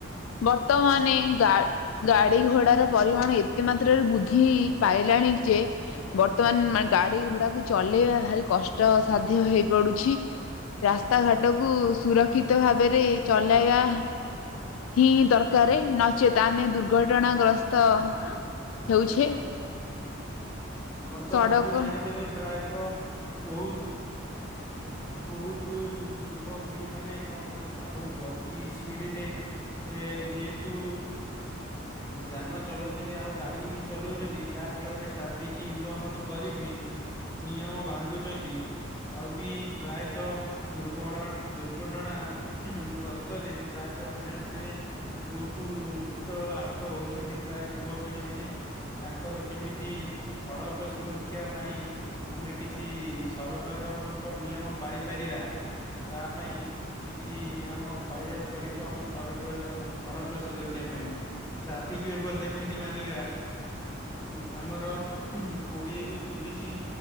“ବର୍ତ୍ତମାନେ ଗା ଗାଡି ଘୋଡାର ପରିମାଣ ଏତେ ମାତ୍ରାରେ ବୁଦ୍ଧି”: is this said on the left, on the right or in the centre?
Left